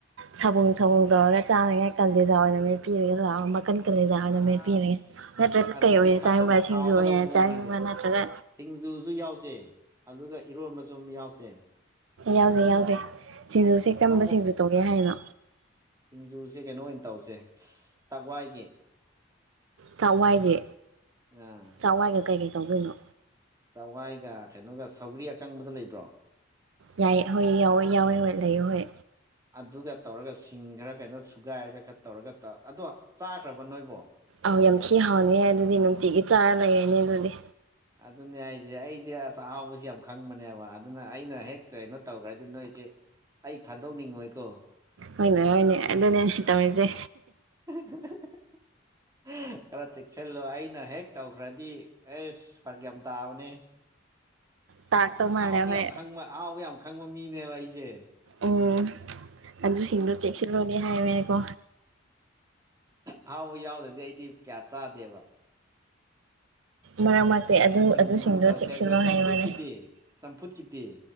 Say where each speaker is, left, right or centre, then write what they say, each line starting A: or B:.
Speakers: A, on the right (about 75°); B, on the right (about 20°).
A: ꯁꯕꯨꯝ ꯁꯕꯨꯝ ꯇꯧꯔꯒ ꯆꯥꯅꯤꯡꯉꯩ ꯀꯥꯂꯦꯖꯥ ꯑꯣꯏꯅ ꯃꯦꯠꯄꯤꯔꯒꯦ ꯂꯥꯛꯑꯦ ꯃꯀꯥꯟ ꯀꯥꯂꯦꯖꯥ ꯑꯣꯏꯅ
B: ꯑꯁ
A: ꯃꯦꯠꯄꯤꯔꯒꯦ ꯅꯠꯇ꯭ꯔꯒ
B: ꯑꯗꯨꯗꯤ
A: ꯀꯩ ꯑꯣꯏꯅ
B: ꯐꯖꯅ
A: ꯆꯥꯅꯤꯡꯕ꯭ꯔꯥ
B: ꯍꯥꯎꯒꯗꯧꯕ
A: ꯁꯤꯡꯖꯨ ꯑꫭꯏꯅ
B: ꯃꯑꯣꯡꯅꯤꯅꯦ
A: ꯆꯥꯅꯤꯡꯕ꯭ꯔꯥ ꯅꯠꯇ꯭ꯔꯒ
B: ꯁꯤꯡꯖꯨꯁꯨ ꯌꯥꯎꯁꯦ ꯑꯗꯨꯒ ꯏꯔꯣꯟꯕꯁꯨ ꯑꯃ ꯌꯥꯎꯁꯦ꯫
A: ꯌꯥꯎꯁꯦ ꯌꯥꯎꯁꯦ ꯁꯤꯡꯖꯨꯁꯦ ꯀꯔꯝꯕ
B: ꯅꯣꯡꯃ
A: ꯁꯤꯡꯖꯨ ꯇꯧꯒꯦ ꯍꯥꯏꯅꯣ
B: ꯁꯤꯡꯖꯨꯁꯦ ꯀꯩꯅꯣ ꯑꯣꯏꯅ ꯇꯧꯁꯦ ꯆꯥꯛꯋꯥꯏꯒꯤ
A: ꯆꯥꯛꯋꯥꯏꯒꯤ
B: ꯑꯥ
A: ꯆꯥꯛꯋꯥꯏꯒ ꯀꯩꯀꯩ ꯇꯧꯗꯣꯏꯅꯣ
B: ꯆꯥꯛꯋꯥꯏꯒ ꯀꯩꯅꯣꯒ ꯁꯧꯒ꯭ꯔꯤ ꯑꯀꯪꯕꯗꫭ ꯂꯩꯕ꯭ꯔꯣ꯫
A: ꯌꯥꯏꯌꯦ ꯍꯣꯏ ꯌꯥꯎꯋꯦ ꯌꯥꯎꯋꯦ ꯍꯣꯏ ꯂꯩꯌꯦ ꯍꯣꯏ
B: ꯑꯗꯨꯒ ꯇꯧꯔꯒ ꯁꯤꯡ ꯈꯔ ꯀꯩꯅꯣ ꯁꯨꯒꯥꯏꯔꯒ ꯈꯔ ꯇꯧꯔꯒ ꯇꯧ ꯑꯗꯣ ꯆꯥꯈ꯭ꯔꯕꫭ ꯅꯣꯏꯕꯣ
A: ꯑꯥꯎ ꯌꯥꯝ ꯊꯤ ꯍꯥꯎꯅꯤꯍꯦ ꯑꯗꯨꯗꯤ ꯅꯨꯡꯇꯤꯒꯤ ꯆꯥꯔ ꯂꯩꯔꯅꯤ
B: ꯑꯁ
A: ꯑꯗꯨꯗꯤ
B: ꯑꯗꯨꯅꯦ ꯍꯥꯏꯖꯦ ꯑꯩꯖꯦ ꯆꯥꯛꯑꯍꯥꯎꯕꯁꯦ ꯌꯥꯝ ꯈꯪꯕꯅꯦꯕ ꯑꯗꯨꯅ ꯑꯩꯅ ꯍꯦꯛ ꯀꯩꯅꯣ ꯇꯧꯈ꯭ꯔꯗꯤ ꯅꯣꯏꯖꯦ ꯑꯩ ꯊꯥꯗꯣꯛꯅꯤꯡꯉꯣꯏꯀꯣ
A: ꯍꯣꯏꯅꯦ ꯍꯣꯏꯅꯦ ꯑꯗꯨꯅꯦ ꯇꯧꯔꯤꯁꯦ
B: <unintelligible> ꯈꯔ ꯆꯦꯛꯁꯤꯜꯂꯣ ꯑꯩꯅ ꯍꯦꯛ ꯇꯧꯈ꯭ꯔꯗꯤ ꯑꯦꯁ ꯐꯔꯛ ꯌꯥꯝ ꯇꯥꯕꯅꯦ
A: ꯇꯥꯔꯛꯇꯧ ꯃꯥꯜꯂꯦ
B: ꯑꯍꯥꯎꯕ ꯌꯥꯝ
A: ꯍꯣꯏ
B: ꯈꯪꯕ ꯑꯍꯥꯎꯕ ꯌꯥꯝ ꯈꯪꯕ ꯃꯤꯅꯦꯕ ꯑꯩꯖꯦ
A: ꯑꯣ ꯑꯗꯨꯁꯤꯡꯗꯣ ꯆꯦꯛꯁꯤꯜꯂꯨꯅꯦ ꯍꯥꯏꯌꯦꯃꯦꯀꯣ
B: ꯑꯍꯥꯎꯕ ꯌꯥꯎꯗ꯭ꯔꯗꯤ ꯑꯩꯗꯤ ꯀꯌꯥ ꯆꯥꯗꯦꯕ
A: ꯃꯔꯛ ꯃꯔꯛꯇꯩ ꯑꯗꯨ
B: ꯁꯤꯡꯖꯨ
A: ꯑꯗꯨꯁꯤꯡꯗꯣ
B: ꯑꯃ ꯇꯧꯁꯦ
A: ꯆꯦꯛꯁꯤꯜꯂꯣ
B: ꯑꯗꯨꯒ ꯆꯝꯐꯨꯠꯀꯤꯗꯤ
A: ꯍꯥꯏꯕꯅꯦ
B: ꯆꯝꯐꯨꯠꯀꯤꯗꯤ